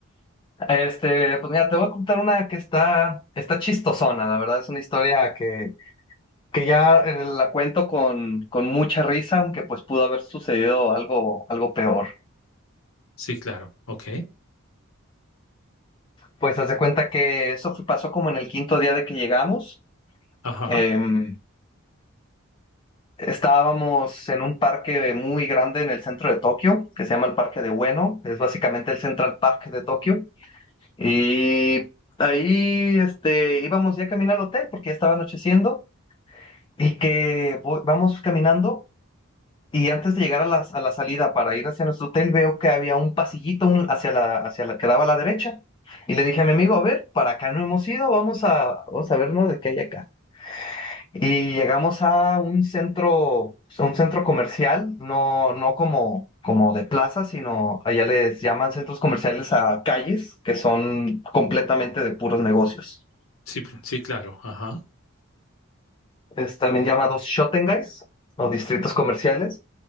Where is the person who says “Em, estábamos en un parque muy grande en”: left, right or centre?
Left